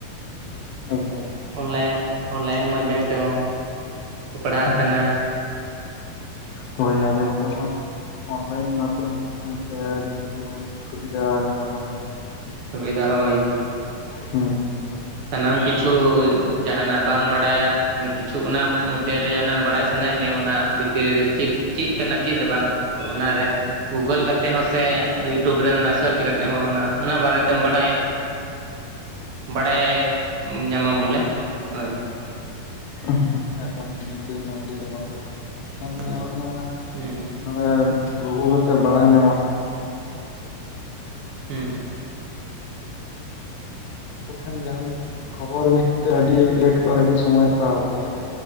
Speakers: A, on the left; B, on the right.
A: ᱮᱠᱫᱚᱢ᱾
B: ᱚᱱᱞᱟᱭᱤᱱ ᱚᱱᱞᱟᱭᱤᱱ ᱢᱟᱫᱽᱫᱷᱚᱢ ᱛᱮᱦᱚᱸ᱾ ᱯᱟᱲᱦᱟᱜ
A: ᱦᱩᱸ
B: ᱠᱟᱱᱟ
A: ᱦᱚᱭ ᱟᱫᱚ ᱦᱤᱛᱚᱜ ᱦᱚᱸᱭ ᱚᱱᱞᱟᱭᱤᱱ ᱢᱟᱫᱽᱫᱷᱚᱢ ᱦᱮᱡ ᱠᱟᱱ ᱛᱮ ᱟᱰᱤ ᱠᱤᱪᱷᱩ ᱥᱩᱵᱤᱫᱷᱟ ᱠᱟᱱᱟ ᱵᱚᱱ ᱮᱠᱫᱚᱢ᱾
B: ᱥᱩᱵᱤᱫᱷᱟ ᱦᱚᱭ᱾
A: ᱦᱩᱸ᱾
B: ᱥᱟᱱᱟᱢ ᱠᱤᱪᱷᱩ ᱡᱟᱦᱟᱱᱟᱜ ᱵᱟᱝ ᱵᱟᱰᱟᱭᱟ ᱢᱟᱱᱮ ᱠᱤᱪᱷᱩ ᱚᱱᱟ ᱢᱚᱫᱽᱫᱷᱮᱨᱮ ᱡᱟᱦᱱᱟᱜ ᱵᱟᱰᱟᱭ ᱥᱟᱱᱟᱭᱮᱫ ᱢᱮᱭᱟ ᱚᱱᱟ ᱵᱷᱤᱛᱤᱨ ᱨᱮ ᱪᱮᱫ ᱪᱮᱫ ᱠᱟᱱᱟ ᱪᱮᱫ ᱵᱟᱝ ᱛᱚ ᱚᱱᱟᱨᱮ ᱜᱩᱜᱟᱞ ᱠᱟᱛᱮ ᱦᱚᱸ ᱥᱮ ᱤᱭᱩ ᱴᱩᱵᱽ ᱨᱮ ᱚᱱᱟ ᱥᱟᱨᱪ ᱠᱟᱛᱮᱫ ᱦᱚᱸ ᱚᱱᱟ ᱚᱱᱟ ᱵᱟᱨᱮᱛᱮᱢ ᱵᱟᱰᱟᱭ ᱵᱟᱰᱟᱭ ᱧᱟᱢᱟᱢ ᱵᱚᱞᱮ ᱦᱚᱭ᱾
A: ᱦᱮᱸ ᱮᱠᱫᱚᱢ ᱱᱤᱦᱟᱹᱛᱤ ᱱᱚᱣᱟ ᱫᱚ ᱟᱹᱰᱤ ᱫᱟᱢᱟᱱ ᱠᱟᱛᱷᱟ, ᱱᱮᱛᱟᱨ ᱫᱚ
B: ᱦᱩᱸ
A: ᱧᱮᱞᱚᱜ ᱠᱟᱱᱟ
B: ᱦᱩᱸ
A: ᱱᱚᱸᱰᱮ ᱜᱩᱜᱩᱞ ᱠᱟᱛᱮᱫ ᱵᱟᱰᱟᱭ ᱧᱟᱢᱚᱜᱼᱟ᱾
B: ᱦᱩᱸ᱾
A: ᱩᱱᱠᱩ ᱴᱷᱮᱱ ᱡᱟᱦᱟᱱ ᱠᱷᱚᱵᱚᱨ ᱦᱮᱡ ᱛᱮ ᱟᱹᱰᱤ ᱞᱮᱴ ᱠᱚ ᱟᱹᱰᱤ ᱥᱚᱢᱚᱭ ᱦᱟᱛᱟᱣ ᱜᱮᱭᱟ᱾